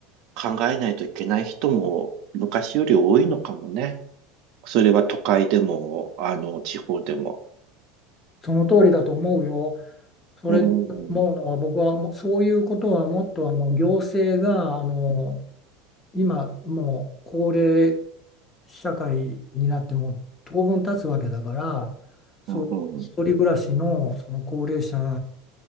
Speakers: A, on the right; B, on the left.
A: 考えないといけない人も昔より多いのかもね。それは都会でも、あの、地方でも。
B: その通りだと思うよ。それで思うのは僕はもうそういうことはもっとあの行政があの
A: うん、
B: 今もう高齢社会になってもう当分経つわけだからそう一人暮らしのその高齢者
A: うん、